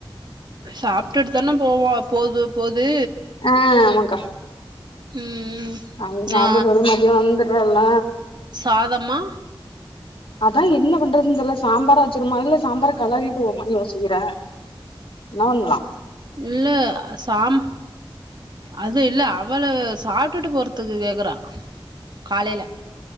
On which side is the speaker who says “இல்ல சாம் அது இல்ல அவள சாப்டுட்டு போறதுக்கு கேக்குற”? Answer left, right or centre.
Right